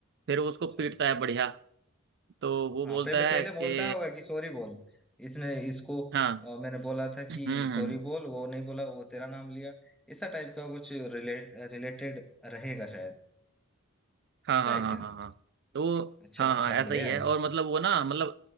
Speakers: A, on the right; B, in the centre.
A: फिर वो उसको
B: अच्छा
A: पीटता है बढ़िया तो वो
B: हाँ
A: बोलता
B: पहले
A: है
B: पहले
A: कि
B: बोलता होगा कि सॉरी बोल इसने इसको
A: हाँ
B: आ, मैंने बोला था कि
A: हम्म
B: सॉरी
A: हम्म
B: बोल वो नहीं बोला वो तेरा नाम लिया ऐसा टाइप का कुछ रिलेट रिलेटेड रहेगा शायद
A: हाँ
B: ऐसा
A: हाँ
B: है
A: हाँ
B: क्या
A: हाँ हाँ तो
B: अच्छा
A: हाँ
B: अच्छा
A: हाँ ऐसा
B: बढ़िया
A: ही है
B: है
A: और मतलब वो ना मतलब